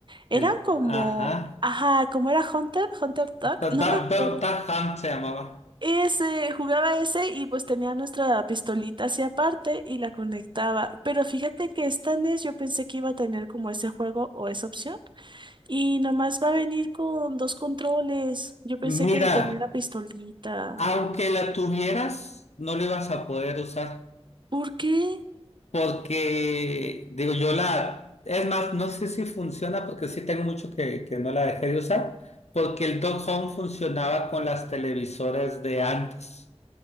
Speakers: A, on the right; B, on the left.
A: Eran
B: El,
A: como...
B: ajá.
A: Ajá, como era Hunter, Hunter Duck,
B: Da, da,
A: no me acuerdo.
B: da- da Hunt se llamaba.
A: Ese, jugaba ese y pues tenía nuestra pistolita hacia aparte y la conectaba. Pero fíjate que esta NES yo pensé que iba a tener como ese juego o esa opción. Y nomás va a venir con dos controles. Yo pensé
B: Mira,
A: que tenía la pistolita.
B: aunque la tuvieras, no lo ibas a poder usar.
A: ¿Por qué?
B: Porque, digo, yo la... Es más, no sé si funciona porque sí tengo mucho que, que no la dejé de usar, porque el Dog Home funcionaba con las televisoras de antes.